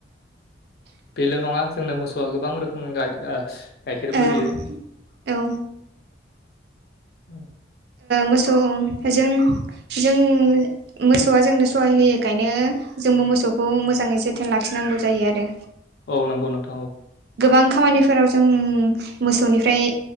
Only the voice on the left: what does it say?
बेल' नङा जोंनो मोसौआ गोबां रोखोमनि गाय गाइखेरबो
होयो
औ
औ नंगौ नोंथां औ